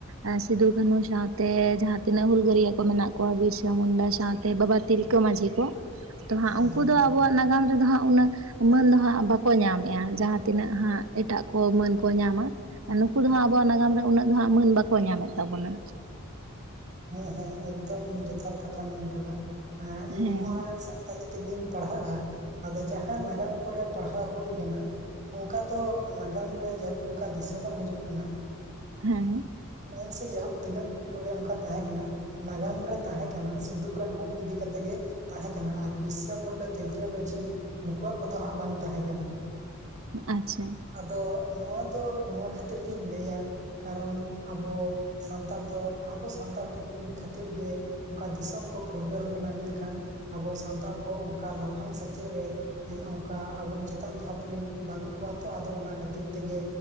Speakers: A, on the right; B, on the right.
A: ᱟᱨ ᱥᱤᱫᱩ ᱠᱟᱹᱱᱦᱩ ᱥᱟᱶᱛᱮ ᱡᱟᱦᱟᱸ ᱛᱤᱱᱟᱹᱜ ᱦᱩᱞᱜᱟᱹᱨᱭᱟᱹ ᱠᱚ ᱢᱮᱱᱟᱜ ᱠᱚᱣᱟ ᱵᱤᱨᱥᱟ ᱢᱩᱱᱰᱟ ᱥᱟᱶᱛᱮᱼᱼ ᱛᱮ ᱵᱟᱵᱟ ᱛᱤᱞᱠᱟᱹ ᱢᱟᱺᱡᱷᱤ ᱠᱚᱼᱼ ᱛᱚ ᱦᱟᱸᱜ
B: ᱦᱮᱸ
A: ᱩᱱᱠᱩ
B: ᱦᱮᱸ
A: ᱫᱚ ᱟᱵᱚᱣᱟᱜ ᱱᱟᱜᱟᱢ ᱨᱮᱫᱚ ᱦᱟᱸᱜ ᱩᱱᱟᱹᱜ ᱢᱟᱹᱱ ᱫᱚ ᱦᱟᱸᱜ ᱵᱟᱠᱚᱼᱼ ᱠᱚ ᱧᱟᱢᱮᱜᱼᱟ ᱡᱟᱦᱟᱸ ᱛᱤᱱᱟᱹᱜ ᱦᱟᱸᱜ ᱮᱴᱟᱜ ᱠᱚ ᱢᱟᱹᱱ ᱠᱚ ᱧᱟᱢᱟ᱾ ᱱᱩᱠᱩ ᱫᱚ ᱦᱟᱸᱜ ᱟᱵᱚᱣᱟᱜ ᱱᱟᱜᱟᱢ ᱨᱮ ᱩᱱᱟᱹᱜ ᱫᱚ ᱦᱟᱸᱜ ᱢᱟᱹᱱ ᱵᱟᱠᱚ ᱧᱟᱢᱮᱫ ᱛᱟᱵᱚᱱᱟ᱾
B: ᱦᱮᱸ ᱦᱮᱸ ᱮᱠᱫᱚᱢ ᱡᱚᱛᱷᱟᱛ ᱠᱟᱛᱷᱟᱢ ᱢᱮᱱ ᱟᱠᱟᱫᱟ ᱤᱧ
A: ᱦᱮᱸ
B: ᱦᱚᱸᱼᱼ ᱥᱟᱱᱛᱟᱞᱤ ᱛᱮᱜᱤᱧ ᱯᱟᱲᱦᱟᱜᱼᱟ ᱟᱫᱚ ᱡᱟᱦᱟᱸ ᱱᱟᱜᱟᱢ ᱠᱚᱨᱮ ᱯᱟᱲᱦᱟᱣ ᱦᱩᱭ ᱟᱠᱟᱱᱟ᱾ ᱚᱱᱠᱟ ᱫᱚ ᱱᱟᱜᱟᱢ ᱨᱮ ᱡᱟᱭᱦᱳᱠ ᱚᱱᱠᱟ ᱫᱤᱥᱟᱹ ᱵᱟᱝ ᱦᱤᱡᱩᱜ ᱠᱟᱱᱟ᱾
A: ᱦᱮᱸ
B: ᱦᱮ ᱥᱮ ᱡᱟᱭᱦᱳᱠ ᱛᱤᱱᱟᱹᱜ ᱚᱱᱠᱟ᱾ ᱛᱟᱦᱮᱸ ᱠᱟᱱᱟ ᱱᱟᱜᱟᱢ ᱨᱮ ᱛᱟᱦᱮᱸ ᱠᱟᱱᱟ ᱥᱤᱫᱩ ᱠᱟᱹᱱᱦᱩ ᱤᱫᱤ ᱠᱟᱛᱮᱜ ᱜᱮᱼᱼ ᱛᱟᱦᱮᱸ ᱠᱟᱱᱟ ᱟᱨ ᱵᱤᱨᱥᱟᱹ ᱢᱩᱱᱰᱟᱹ ᱛᱤᱞᱠᱟᱹ ᱢᱟᱺᱡᱷᱤ ᱱᱩᱠᱩᱣᱟᱜ ᱠᱚᱫᱚ ᱦᱟᱸᱜ ᱵᱟᱝ ᱛᱟᱦᱮᱸ ᱠᱟᱱᱟ᱾
A: ᱟᱪᱪᱷᱟ
B: ᱟᱫᱚ ᱱᱚᱣᱟ ᱫᱚ ᱱᱚᱣᱟ ᱠᱷᱟᱹᱛᱤᱨ ᱜᱤᱧ ᱞᱟᱹᱭᱟᱼᱼ ᱠᱟᱨᱚᱱ ᱟᱵᱚ ᱥᱟᱱᱛᱟᱞ ᱫᱚ ᱟᱵᱚ ᱥᱟᱱᱛᱟᱲ ᱠᱷᱟᱹᱛᱤᱨ ᱜᱮᱼᱼ ᱚᱱᱠᱟ ᱫᱤᱥᱚᱢ ᱠᱚ ᱯᱷᱩᱨᱜᱟᱹᱞ ᱠᱟᱱᱟ ᱢᱮᱱᱠᱷᱟᱱ ᱟᱵᱚ ᱥᱟᱱᱛᱟᱲ ᱠᱚ ᱚᱱᱠᱟ ᱞᱟᱯᱷᱟᱝ ᱥᱮᱪᱮᱫ ᱨᱮᱼᱼ ᱮ ᱚᱱᱠᱟ ᱟᱵᱚᱨᱮᱱ ᱪᱮᱛᱟᱱ ᱫᱷᱟᱯ ᱨᱮᱱ ᱵᱟᱹᱱᱩᱜ ᱠᱚᱣᱟ ᱛᱚ ᱟᱫᱚ ᱚᱱᱟ ᱠᱷᱟᱹᱛᱤᱨ ᱛᱮᱜᱮᱼᱼ